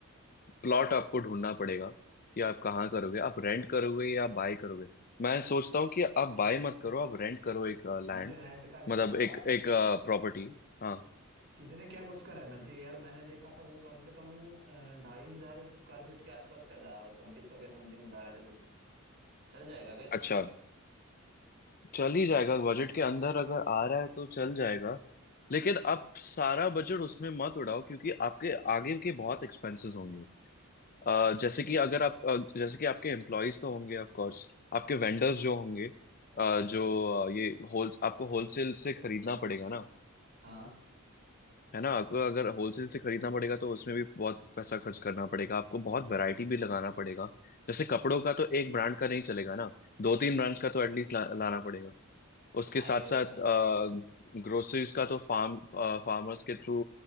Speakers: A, on the left (about 45°); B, on the right (about 60°).
A: प्लॉट आपको ढूंढना पड़ेगा कि आप कहाँ करोगे आप रेंट करोगे या बाय करोगे मैं सोचता हूँ कि आप बाय मत करो आप रेंट करो एक लैंड
B: मैंने रेंट का देखा
A: मतलब
B: था
A: एक एक प्रॉपर्टी हाँ
B: कितने क्या कुछ का रहना चाहिए यार मैंने देखा था वो कम से कम अ, ढाई हजार स्क्वायर फीट के आसपास का था वो छब्बीस सौ के समथिंग बता रहे थे कुछ चल जाएगा क्या इतना
A: अच्छा चल ही जाएगा बजट के अंदर अगर आ रहा है तो चल जाएगा लेकिन आप सारा बजट उसमें मत उड़ाओ क्योंकि आपके आगे के बहुत एक्सपेंसेस होंगे अ, जैसे कि अगर आप अ, जैसे कि आपके एम्प्लॉयज तो होंगे ऑफ कोर्स आपके वेंडर्स जो होंगे अ, जो अ, ये होल आपको होलसेल से खरीदना पड़ेगा ना
B: हाँ
A: है ना आपको अगर होलसेल से खरीदना पड़ेगा तो उसमें भी बहुत पैसा खर्च करना पड़ेगा आपको बहुत वैरायटी भी लगाना पड़ेगा जैसे कपड़ों का तो एक ब्रांड का नहीं चलेगा ना दो तीन ब्रांड्स का तो एटलीस्ट ला, लाना पड़ेगा उसके
B: हाँ
A: साथ
B: ये तो
A: साथ
B: है
A: ग्रोसरीज का तो फार्म फार्मर्स के थ्रू